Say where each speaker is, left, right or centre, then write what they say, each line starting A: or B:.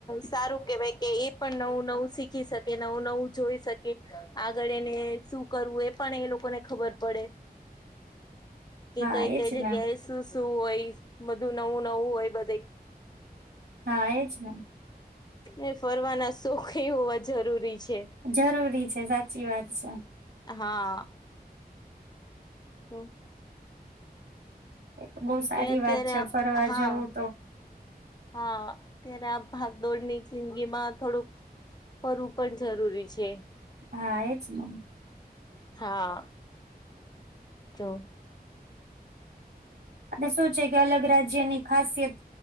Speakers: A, on the left; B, on the right.
A: સારું કેહેવાય કે એ પણ નવું નવું શીખ શીખી શકે નવું નવું જોઈ શકે આગળ એને શું કરવું એ પણ એ લોકોને ખબર પડે. કે
B: હા
A: કઈ
B: એજ
A: કઈ જગ્યાએ
B: ને
A: શું શું હોય બધું નવું નવું હોય બધે
B: હા એ જ ને
A: ને ફરવાના શોક ઈ હોવા જરૂરી છે.
B: જરૂરી છે સાચી વાત છે.
A: હા. પ.
B: એ તો બહુ સારી
A: કે અત્યારે
B: વાત છે
A: આ
B: ફરવા
A: હા
B: જવું તો
A: હા ત્યારે આ ભાગદોડની જિંદગી માં થોડુંક ફરવું પણ જરૂરી છે.
B: હા એ જ નન
A: હા જો
B: અને શું છે કે અલગ રાજ્યની ખાસિયત